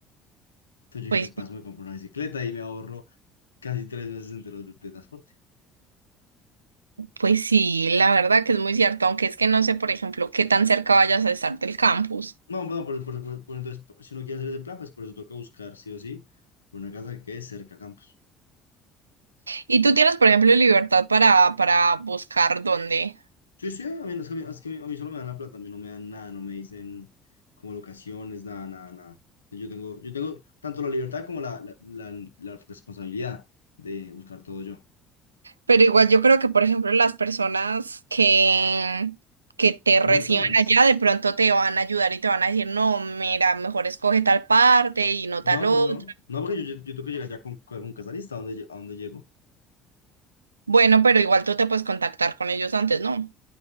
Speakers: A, on the left; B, on the right.
A: yo dije,
B: Pues,
A: pues paso, me compro una bicicleta y me ahorro casi tres meses enteros de, de transporte.
B: pues sí, la verdad que es muy cierto, aunque es que no sé, por ejemplo, qué tan cerca vayas a estar del campus.
A: No, bueno, por, por, por- por- entonces, por- si uno quiere hacer ese plan, pues por eso toca buscar sí o sí una casa que quede cerca a Campos.
B: Y tú tienes, por ejemplo, libertad para, para buscar dónde.
A: Sí, sí, a mí, es que a mí, es que a mí solo me dan la plata, a mí no me dan nada, no me dicen como locaciones, nada, nada, nada. Yo tengo, yo tengo tanto la libertad como la, la, la- la responsabilidad de buscar todo yo.
B: Pero igual yo creo que, por ejemplo, las personas que, que te reciban
A: No en todas.
B: allá de pronto te van a ayudar y te van a decir, no, mira, mejor escoge tal parte y no
A: No,
B: tal otra.
A: no, no. No, porque yo, yo, yo tengo que llegar ya con, con casalista, ¿a dónde, lle- a dónde llego?
B: Bueno, pero igual tú te puedes contactar con ellos antes, ¿no?